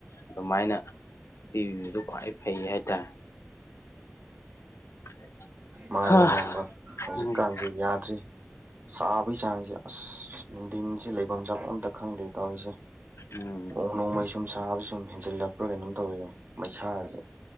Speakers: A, on the left; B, on the right.
A: ꯑꯗꯨꯃꯥꯏꯅ ꯄꯤꯕꯤꯕꯗꯨ ꯈ꯭ꯋꯥꯏ ꯐꯩ ꯍꯥꯏꯇꯥꯔꯦ <unintelligible>
B: ꯃꯥꯅꯤ
A: ꯍꯥ
B: ꯏꯌꯥꯝꯕ ꯍꯧꯖꯤꯛꯀꯥꯟꯁꯤ
A: ꯎꯝ
B: ꯌꯥꯗ꯭ꯔꯤ ꯁꯥꯕꯩ ꯆꯥꯡꯁꯦ ꯑꯁ ꯅꯨꯡꯊꯤꯟꯁꯦ ꯂꯩꯐꯝ ꯆꯥꯐꯝ ꯑꯝꯇ ꯈꯪꯗꯦ ꯇꯧꯔꯤꯁꯦ
A: ꯎꯝ
B: ꯅꫭꯡ ꯅꯣꯡꯃꯩ ꯁꯨꯝ ꯁꯥꯕ ꯁꯨꯝ ꯍꯦꯟꯖꯤꯜꯂꯛꯄ꯭ꯔꯥ ꯀꯩꯅꯣꯝ ꯇꯧꯔꯤꯅ‌ꯦ ꯃꯩꯁꯥꯁꯦ